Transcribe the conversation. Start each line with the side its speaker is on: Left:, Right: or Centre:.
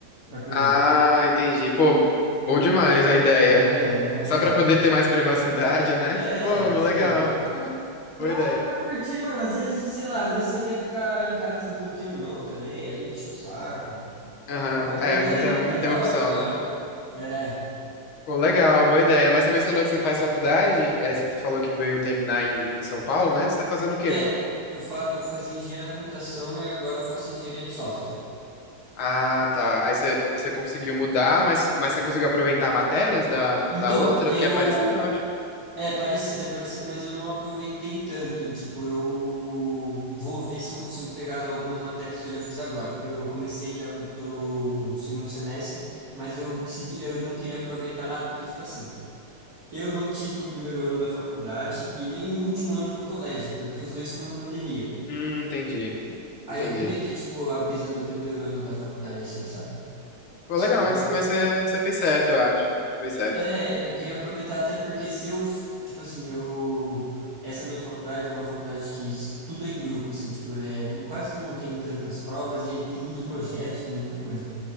Right: pra coisar.
Left: Ah, entendi. Pô, bom demais
Right: Só pra ficar
Left: a
Right: de
Left: ideia.
Right: boa. É, ma- é.
Left: Só pra poder ter mais privacidade, né?
Right: É,
Left: Pô,
Right: tipo,
Left: legal.
Right: pra,
Left: Boa ideia.
Right: pra curtir, mano. Às vezes, sei lá, às vezes você quer ficar em casa, tranquilo, tem um irmão também, aí enche o saco.
Left: Aham.
Right: Mas
Left: É,
Right: é,
Left: muita, muita interrupção,
Right: é da hora, é da
Left: né?
Right: hora. É.
Left: Pô, legal, boa ideia. Mas você mencionou que você faz faculdade, e aí você falou que veio terminar em, em São Paulo, né? Você tá fazendo o quê?
Right: É, eu, fa eu fazia engenharia da computação e agora eu faço engenharia de software.
Left: Ah, tá. Aí você, você conseguiu mudar, mas, mas você conseguiu aproveitar matérias da,
Right: Então,
Left: da outra?
Right: eu.
Left: Porque é parecida, né, eu acho?
Right: É parecido, é parecido, mas eu não aproveitei tanto. Tipo, eu vou ver se eu consigo pegar as- algumas matérias que eu já fiz agora, porque eu, eu comecei, já tô no segundo semestre, mas eu decidi, eu não queria aproveitar nada, porque, tipo assim, eu não tive o primeiro ano da faculdade e nem o último ano do colégio, porque os dois foram pandemia.
Left: Hum, entendi. Entendi.
Right: Aí eu queria ter, tipo, a brisa do primeiro ano da faculdade, assim, sabe?
Left: Pô, legal,
Right: Aí
Left: mas,
Right: eu
Left: mas você, você fez certo, eu acho. Você fez certo.
Right: É, eu queria aproveitar até porque se eu, tipo assim, eu, essa minha faculdade é uma faculdade que s- tudo é em grupo, assim, tipo, é, quase não tem tantas provas e tem muito projeto, tem muita coisa.